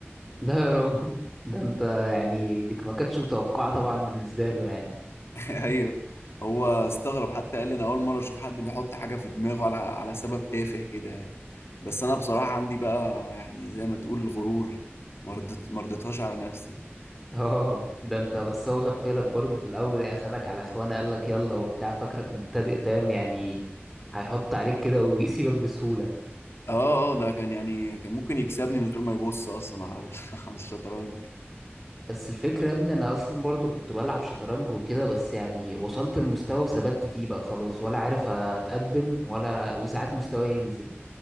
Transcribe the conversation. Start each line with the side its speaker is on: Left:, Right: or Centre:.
Centre: لا يا راجل ده انت يعني دي ما كانتش متوقعة طبعا بالنسبة له يعني
Left: <laughs> ايوه هو استغرب حتى قال لي انا اول مره اشوف حد بيحط حاجه في دماغه على على سبب تافه كده يعني بس انا بصراحه عندي بقى يعني زي ما تقول غرور مرضت مرضتهاش على نفسي
Centre: <laughs> اه ده انت بس هو غفلك برضه في الاول ايه، اخدك على اخوانه قالك يلا وبتاع فاكرك مبتدئ فاهم يعني هيحط عليك كده ويسيبك بسهولة
Left: اه اه ده كان يعني كان ممكن يكسبني من غير ما يبص اصلا على ال- <laughs> على الشطرنج
Centre: بس الفكرة يا ابني انا اصلا برضو كنت بلعب شطرنج وكده بس يعني وصلت المستوى وثبت فيه بقى خلاص ولا عارف اتقدم ولا وساعات مستواي ينزل